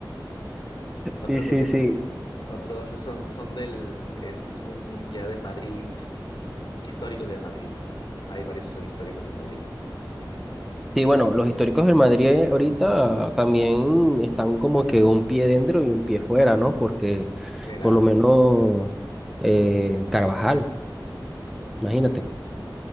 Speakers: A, on the left (about 65°); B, in the centre.
A: Otro
B: Sí, sí,
A: que se
B: sí.
A: re- otros son, son del, es un ya del Madrid, históricos del Madrid, ¿no? Hay varios que son históricos del Madrid.
B: Sí, bueno, los históricos del Madrid ahorita también están como que un pie dentro y un pie fuera, ¿no? Porque
A: Edad
B: por lo menos eh, Carvajal, imagínate,